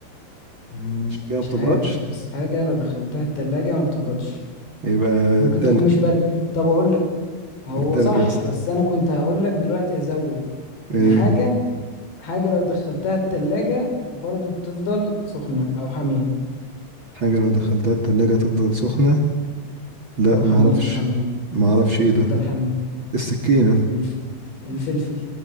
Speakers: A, on the left; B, on the right.
A: مم، مش
B: عشان كده ما
A: مش
B: بتبردش
A: عارف بس حاجة لو دخلتها التلاجة ما بتبردش
B: يبقى
A: ممكن
B: التلج
A: تكون مش برد طب اقول هو
B: التلج
A: صح
B: يا اسطى
A: بس انا كنت هقول لك دلوقتي ازود
B: ايه
A: ان حاجه حاجه لو دخلتها التلاجة برضو بتفضل سخنه او حاميه
B: حاجة لو دخلتها التلاجة تفضل سخنة لا
A: او حاميه
B: ما اعرفش
A: حاميه
B: ما اعرفش ايه
A: تفضل
B: ده
A: حاميه
B: السكينة
A: الف... الفلفل